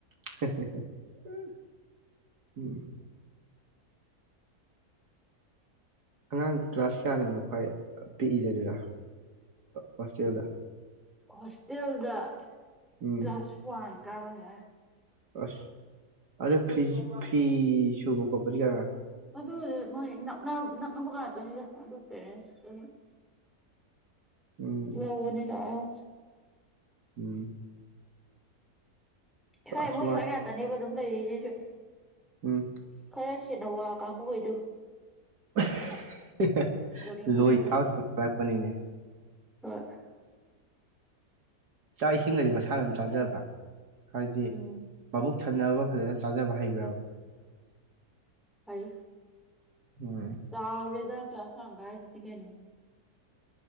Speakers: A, on the right (about 85°); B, in the centre.
A: <unintelligible> ꯑꯉꯥꯡ ꯀ꯭ꯂꯥꯁ ꯀꯌꯥꯗꯅꯣ ꯈ꯭ꯋꯥꯏ ꯄꯤꯛꯏꯖꯦ ꯑꯗꯨꯗ ꯍꯣꯁꯇꯦꯜꯗ꯫
B: ꯍꯣꯁꯇꯦꯜꯗ
A: ꯎꯝ
B: ꯀ꯭ꯂꯥꯁ ꯋꯥꯟ ꯀꯥꯕ ꯉꯥꯡ꯫
A: ꯑꯁ ꯑꯗꯨ ꯐꯤ ꯐꯤ ꯁꯨꯕ ꯈꯣꯠꯄꯗꯤ ꯌꯥ
B: ꯑꯗꯨꯕꯨꯗꯤ ꯃꯣꯏ ꯅꯛꯅꯥ ꯅꯛꯅꯕ ꯉꯥꯛꯇꯅꯤꯗ ꯑꯗꯨ ꯄꯦꯔꯦꯟꯁ ꯀꯥ ꯃꯣꯏ꯫
A: ꯎꯝ
B: <unintelligible>
A: ꯎꯝ
B: ꯁ꯭ꯋꯥꯏ
A: ꯑꯁ
B: ꯃꯣꯏ
A: ꯃꯥ
B: ꯁ꯭ꯋꯥꯏ ꯉꯥꯛꯇꯅꯦꯕ ꯑꯗꯨꯝ ꯂꯩꯔꯤꯁꯤꯁꯨ
A: ꯎꯝ
B: ꯈꯔ ꯁꯦꯟꯅꯥ ꯋꯥ ꯀꯥꯡꯕꯨꯈꯩꯗꯨ
A: ꯑꯥ ꯍꯥ ꯍꯥ
B: ꯕꯣꯔꯗꯤꯡ ꯊꯥꯖꯤꯜꯂꯕ
A: ꯂꯣꯏ <unintelligible> ꯄꯅꯤꯅꯦ
B: ꯍꯣꯏ
A: ꯆꯥꯛ ꯏꯁꯤꯡꯒꯗꯤ ꯃꯁꯥꯅ ꯑꯗꯨꯝ ꯆꯥꯖꯕ꯭ꯔꯥ ꯍꯥꯏꯗꯤ
B: ꯎꯝ
A: ꯃꯥꯕꯨꯛ ꯊꯟꯅꯕ ꯐꯖꯅ ꯆꯥꯖꯕ ꯍꯩꯕ꯭ꯔꯥꯕ
B: ꯍꯩ
A: ꯎꯝ
B: ꯆꯥꯎꯔꯦꯗ ꯀ꯭ꯂꯥꯁ ꯋꯥꯟ ꯀꯥꯔꯤꯁꯤꯗꯤ ꯀꯩꯅꯣ